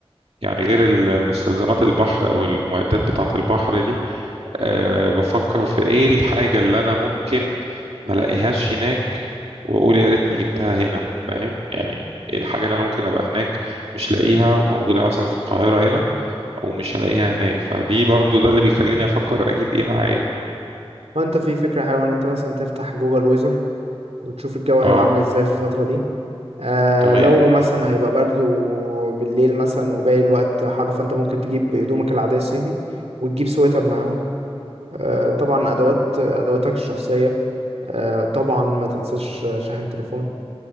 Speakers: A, on the right (about 70°); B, on the right (about 85°).
A: يعني غير ال- المستلزمات البحر او المعدات بتاعة البحر دي أه بفكر في ايه الحاجة اللي انا ممكن ما الاقيهاش هناك واقول يا ريتني جبتها هنا فاهم يعني ايه الحاجة اللي انا ممكن ابقى هناك مش لاقيها موجودة مثلا في القاهرة هنا او مش هلاقيها هناك فدي برضو ده اللي بيخليني افكر اجيب ايه معايا
B: وانت في فكرة حلوة ان انت مثلا تفتح جوجل ويزر وتشوف الجو هيبقى
A: اه
B: عامل ازاي في الفترة دي آه
A: تمام
B: لو مثلا هيبقى برد وبالليل مثلا وباقي الوقت حر فانت ممكن تجيب هدومك العادية الصيفي وتجيب سويتر معاهم آه، طبعا ادوات ادواتك الشخصيه آه، طبعا ما تنساش شاحن تليفون